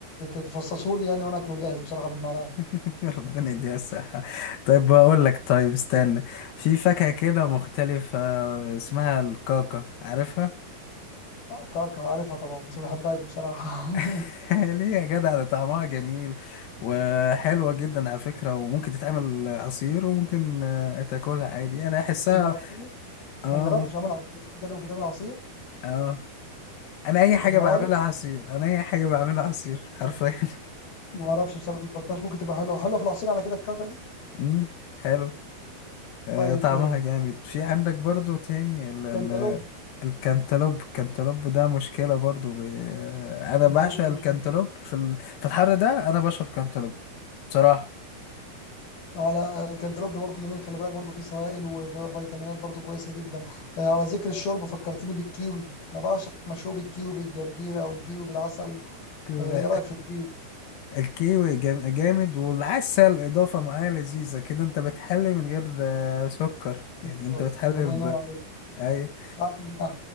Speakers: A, on the left (about 65°); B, on the left (about 85°).
A: تفصصه لي يعني وانا اكله جاهز بصراحه بالمعلقه
B: <laughs> ربنا يديها الصحة طيب بقول لك طيب استنى في فاكهة كده مختلفة اسمها الكاكا عارفها
A: آه، كعكه عارفها طبعا بس ما بحبهاش بصراحه <laughs>
B: <laughs> ليه يا جدع ده طعمها جميل وحلوة جدا على فكرة وممكن تتعمل عصير وممكن آه، تاكلها عادي انا احسها
A: ايه ده عصير
B: اه
A: ما جربتش
B: مم...
A: اعمل عصير كده ممكن تعمل عصير
B: اه انا اي حاجة
A: والله
B: بعملها عصير انا اي حاجة بعملها عصير حرفيا <laughs>
A: ما اعرفش بصراحه ما جربتهاش ممكن تبقى حلوه حلوه في العصير على كده الكعكه دي
B: امم حلو آه،
A: طيب
B: طعمها
A: آه،
B: جامد في عندك برضو تاني ال ال
A: كانتالوب
B: الكنتالوب الكنتالوب ده مشكلة برضو ب... آه، أنا
A: كانتالوب
B: بعشق الكنتالوب
A: وش يعني.
B: في ال... في الحر ده أنا بشرب كنتالوب بصراحة
A: على الكنتالوب برضو جميل خلي بالك برضو فيه سوائل وفيتامينات برضو كويسه جدا آه، على ذكر الشرب فكرتني بالكيوي انا بعشق مشروب الكيوي بالجرجير او الكيوي بالعسل
B: كده
A: آه، ايه رايك في الكيوي
B: الكيوي جام- جامد والعسل إضافة معاه لذيذة كده أنت بتحلي من غير آه، سكر يعني
A: بالظبط
B: أنت بتحلي
A: الله
B: ب
A: ينور عليك
B: أي
A: عشان